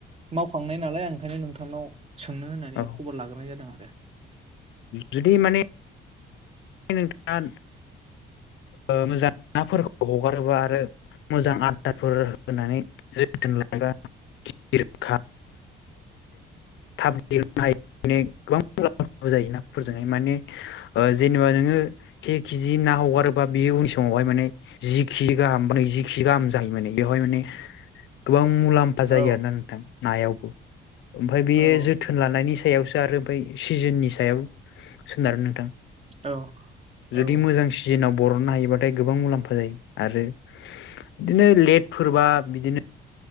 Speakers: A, on the right; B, on the left.
A: मावखांनाय नालाय ओंखायनो नोंथांनाव सोंनो होननानै
B: औ
A: खबर लाग्रोनाय जादों आरो
B: जुदि माने नोंथाङा मोजां नाफोरखौ हगारोब्ला आरो मोजां आदारफोर होनानै जोथोन लागाखा <unintelligible> <unintelligible> नो हायो गोबां जायो नाफोरजोंहाय माने जेनेबा नोङो <inaudible> केजि ना हगारोबा बे उननि समावहाय माने जि केजि गाहाम ब नैजि केिजि गाहाम जायो माने बेवहाय माने गोबां मुलाम्फा
A: औ
B: जायो आरोोना नोंथां नायावबो ओमफ्राय बेयो
A: औ
B: जोथोन लानायनि सायाव दारओमफ्राय सिजोननि सायाव सोनारो नोंथां
A: औ
B: <inaudible> जुदि
A: औ
B: मोजां सिजोनाव बरनो हायोबाथाय गोबां मुलाम्फा जायो आरो बिदिनो लेटफोरबा बिदिनो